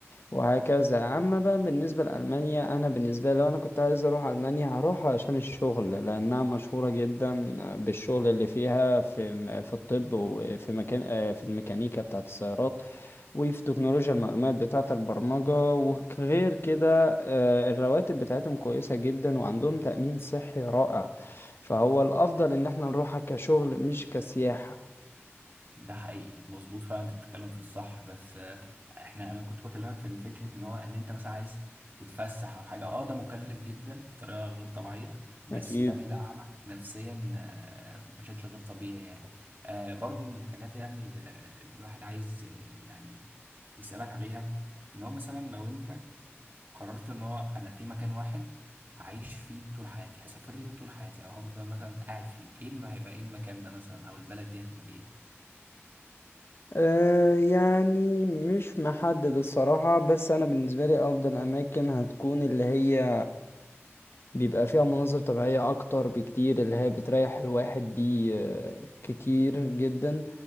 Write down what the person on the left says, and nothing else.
وهكذا اما بقى بالنسبه لالمانيا انا بالنسبه لي لو انا كنت عايز اروح المانيا هروح عشان الشغل لانها مشهوره جدا بالشغل اللي فيها في في الطب وفي مكان آه، في الميكانيكا بتاعه السيارات وفي تكنولوجيا المعلومات بتاعة البرمجة وغير كده آه، الرواتب بتاعتهم كويسة جدا وعندهم تأمين صحي رائع فهو الأفضل إن احنا نروحها كشغل مش كسياحة
أكيد
أه يعني مش محدد الصراحة بس أنا بالنسبة لي أفضل أماكن هتكون اللي هي بيبقى فيها مناظر طبيعية أكتر بكتير اللي هي بتريح الواحد دي آه، كتير جدا